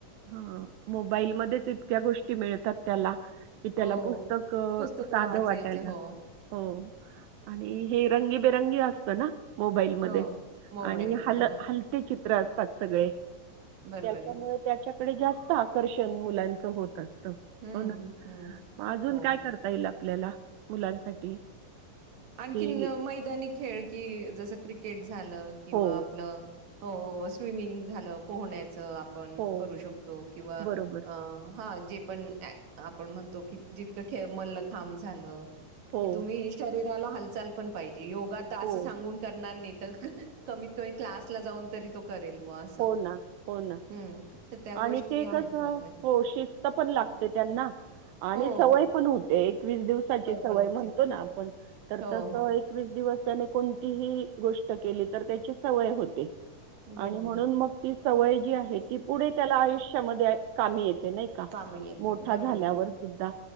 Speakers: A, on the right; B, on the right.
A: हा मोबाईलमध्येच इतक्या गोष्टी मिळतात त्याला कि त्याला
B: हो.
A: पुस्तक
B: पुस्तकं
A: साधं
B: वाचायचे.
A: वाटायला लागत
B: हो,
A: हो आणि हे रंगीबेरंगी असत ना मोबाईलमध्येध्ये
B: हो. मोबाईलमध्ये.
A: आणि हल हलते चित्र असते त्याात सगळे
B: बरबर
A: त्यामुळे त्याच्या तरी जास्त आकर्षण मुलांच होत असतं.
B: हं,
A: हो ना.
B: हं.
A: म अजून
B: हो.
A: काय करता ईल आप ल्याला मुलांसाठी
B: आणखीन
A: की
B: मैदानी खेळ, की जसं क्रिकेट झालं किंवा
A: हो,
B: आपलं हो स्विमिंग झालं पोहण्याचं आ पण
A: हो.
B: करू शकतो किंवा
A: बरोबर.
B: अ हां जेपण आपण म्हणतो की, जितकं खेळ मल्ल खांब झालं
A: हो,
B: की तुम्हीही शोध राला हलचाल पण पाहिजे. योगा तर
A: हो.
B: असं सांगून करणार नाहीत कमीत कमी क्लासला जाऊन तरी तो करेल बुवा असं.
A: हो ना. हो ना.
B: हं, तर त्या गोष्टी
A: आणि ते
B: आहेत
A: कसं
B: महत्त्वाच्या.
A: हो शिस्त पण लागते त्यांना आणि
B: हो,
A: सवय पण होते एकवीस दिवसाची सवय
B: पण होते.
A: म्हणतो ना आपण तर
B: हो,
A: तसं
B: हो.
A: एकवीस दिवस त्याने कोणतीही गोष्ट केली, तर त्याची सवय होते.
B: बरोब
A: आणि म्हणून मग ती सवय जी आहे, ती पुढे त्याला आयुष्यामध्ये कामी येते. नाही का,
B: काम येतील
A: मोठा
B: बरोबर
A: झाल्यावर
B: आहे बरोबर
A: सुद्धा